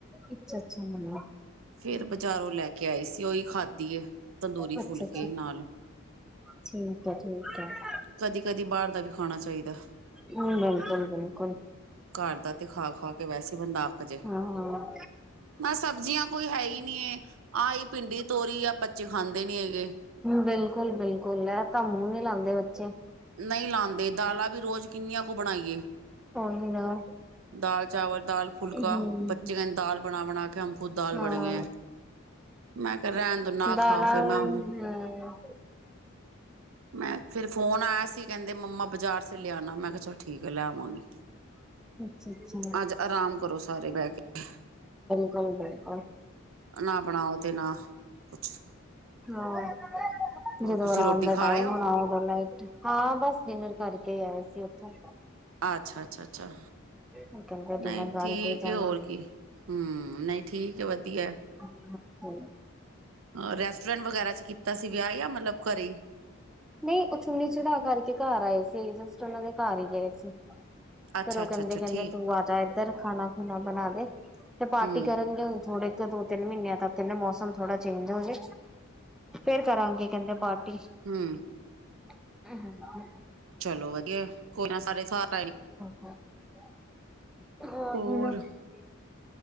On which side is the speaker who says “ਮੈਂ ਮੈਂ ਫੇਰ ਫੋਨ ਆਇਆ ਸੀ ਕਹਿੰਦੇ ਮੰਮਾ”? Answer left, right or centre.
Right